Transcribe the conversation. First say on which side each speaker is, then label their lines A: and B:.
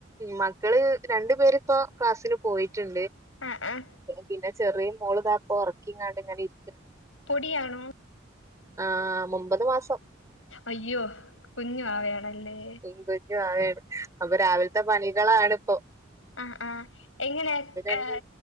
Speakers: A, on the right; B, on the left.
A: മക്കള് രണ്ടു പേരിപ്പോ ക്ലാസിന് പോയിട്ടുണ്ട്
B: ആഹ് ആഹ്
A: പിന്നെ ചെറിയ മോള് താപ്പ ഉറക്കിങ്ങാണ്ട് ഇങ്ങനെ ഇ
B: പൊടിയാണോ
A: ആ ഒമ്പത് മാസം
B: അയ്യോ കുഞ്ഞു വാവയാണല്ലേ
A: ഉം കുഞ്ഞു വാവേണ് അപ്പൊ രാവിലത്തെ പണികളാണ്പ്പൊ
B: ആ ആ എങ്ങനെ കാ
A: അങ്ങ്